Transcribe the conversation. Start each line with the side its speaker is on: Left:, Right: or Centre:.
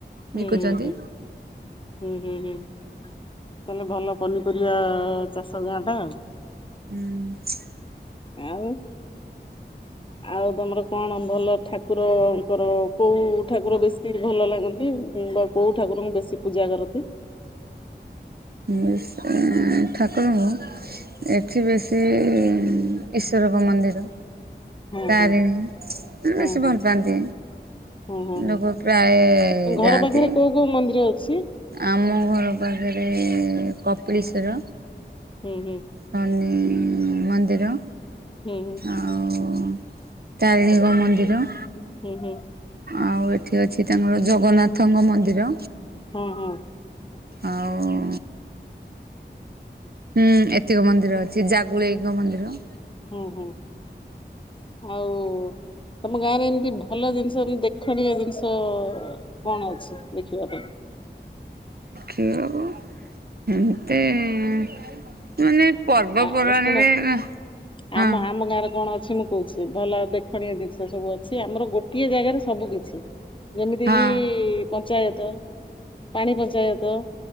Right: ବିକୁଛନ୍ତି
Left: ହୁଁ ହୁଁ ହୁଁ ହୁଁ ହୁଁ ହୁଁ ତାହଲେ ଭଲ ପନିପରିବା ଚାଷ ଗାଁ ଟା ଆଉ।
Right: ହୁଁ।
Left: ଆଉ ଆଉ ତମର କଣ ଭଲ ଠାକୁର ତାଙ୍କର କୋଉ ଠାକୁର ବେଶୀ ଭଲ ଲାଗନ୍ତି? <unintelligible> କୋଉ ଠାକୁରଙ୍କୁ ବେଶୀ ପୂଜା କରନ୍ତି?
Right: <unintelligible> ଠାକୁର ଙ୍କୁ ଏଠି ବେଶୀ-ଇ ଈଶ୍ୱରଙ୍କ ମନ୍ଦିର
Left: ହୁଁ
Right: ତାରିଣୀ
Left: ହୁଁ
Right: ବେଶୀ
Left: ହୁଁ ହୁଁ
Right: ଭଲ ପାଆନ୍ତି।
Left: ହୁଁ ହୁଁ
Right: ଲୋକ ପ୍ରାୟ
Left: ହୁଁ ଘର
Right: ଯାଆନ୍ତି।
Left: ପାଖରେ କୋଉ କୋଉ ମନ୍ଦିର ଅଛି?
Right: ଆମ ଘର ପାଖରେ କପିଳିଶ୍ୱର।
Left: ହୁଁ, ହୁଁ।
Right: ଶନି-ଇ ମନ୍ଦିର
Left: ହୁଁ ହୁଁ
Right: ଆଉ ଉଁ ତାରିଣିକ ମନ୍ଦିର
Left: ହୁଁ, ହୁଁ।
Right: ଆଉ ଏଠି ଅଛି ସେ ତାଙ୍କର ଜଗନ୍ନାଥଙ୍କ ମନ୍ଦିର
Left: ହଁ ହଁ
Right: ଆଉ ହୁଁ, ଏତିକ ମନ୍ଦିର ଅଛି। ଜାଗୁଳେଇଙ୍କ ମନ୍ଦିର।
Left: ହୁଁ ହୁଁ! ଆଉ ତମ ଗାଁରେ ଏମିତି ଭଲ ଜିନିଷେ ଦେଖ ଖଡିଆ ଜିନିଷ କଣ ଅଛି ଦେଖିବା ପାଇଁ?
Right: ନା, ହେମତି ମାନେ ପର୍ବପର୍ବାଣିରେ
Left: ଆ, ଶୁଣ ଶୁଣ
Right: ହଁ
Left: ଆମ ଆମ ଗାଁରେ କଣ ଅଛି? ମୁଁ କହୁଛି, ଭଲ ଦେଖଣୀୟ ଜିନିଷ ସବୁ ଅଛି। ଆମର ଗୋଟିଏ ଜାଗାରେ ସବୁ କିଛି । ଯେମିତି-ଇ
Right: ହଁ
Left: କିି ପଞ୍ଚାୟତ, ପାଣି ପଞ୍ଚାୟତ